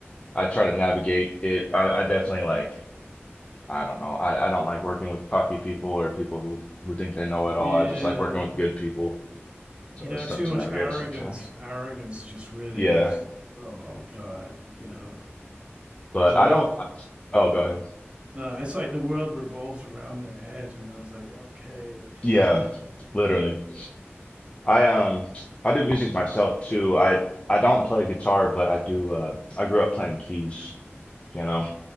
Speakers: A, on the left; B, on the right.
A: I try to navigate it. I, I definitely like, I don't know. I, I don't like working with cocky people or people who who think they know it all.
B: yeah.
A: I just like working with good people. So
B: You know,
A: it's
B: too
A: tough to
B: much
A: navigate
B: arrogance.
A: sometimes.
B: Arrogance just really.
A: Yeah,
B: It's, oh God, you know
A: but
B: the world.
A: I don't. I- oh, go ahead.
B: No, it's like the world revolves around their head. You know, it's like okay, okay,
A: Yeah, literally. I um I do music myself too. I I don't play guitar, but I do. Uh, I grew up playing keys, you know,